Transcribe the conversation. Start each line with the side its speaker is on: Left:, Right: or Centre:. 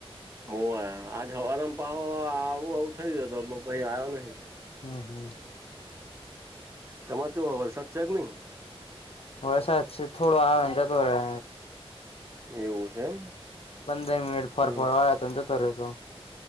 Right: ઓ આજ હવામ પહો આવું આવું થઈ ગય હતો પહી આવ્યો નહિ.
Left: હમ હમ.
Right: તમારે તો વરસાદ છે કે નહી?
Left: વરસાદ છે થોડો આવેન જતો રહે.
Right: એવું છે એમ.
Left: પંદર મનિટ ફર
Right: હમ
Left: ફર વાળ્યા જતો રહેતો.